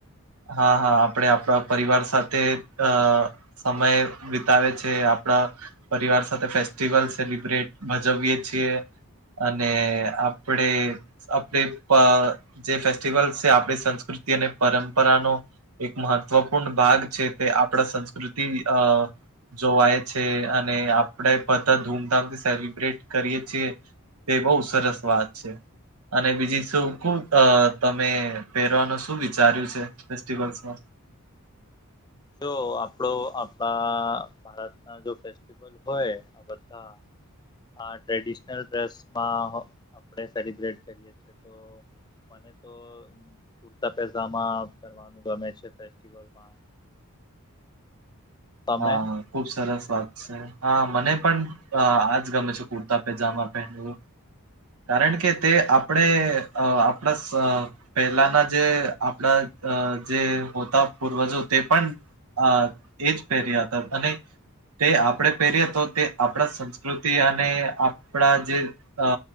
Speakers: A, on the right; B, on the left.
A: હા હા આપડે આપણા પરિવાર સાથે અ સમય વિતાવે છે આપડા પરિવાર સાથે ફેસ્ટિવલ સેલિબ્રેટ ભજવીએ છીએ. અને આપડે <unintelligible> જે ફેસ્ટિવલ છે આપણી સંસ્કૃતિ અને પરંપરાનો એક મહત્વપૂર્ણ ભાગ છે તે આપણા સંસ્કૃતિ અ જોવાય છે અને આપડે બધાં ધૂમધામથી સેલિબ્રેટ કરીએ છીએ. તે બહુ સરસ વાત છે. અને બીજી શું <unintelligible> તમે પહેરવાનું શું વિચાર્યું છે ફેસ્ટિવલસમાં
B: જો આપણો આપણા ભારતના જો ફેસ્ટિ <unintelligible> હોય બધા આ ટ્રેડિશનલ ડ્રેસમાં આપણે સેલિબ્રેટ કરીએ તો <inaudible> મને તો કુરતા પેઝામા પહેરવાનુ ગમે છે ફેસ્ટિવલ માં તમે
A: હા હા ખુબ સરસ વાત છે હા મને પણ આજ ગમે છે કુર્તા પેજામા પહેનવું કારણ કે તે આપણે આપણા <unintelligible> પહેલાના જે આપણા જે હોતા પૂર્વજો તે પણ હ એજ પહેર્યા હતા અને તે આપણે પહેરીએ તો તે આપણા સંસ્કૃતિ અને આપણા જે અ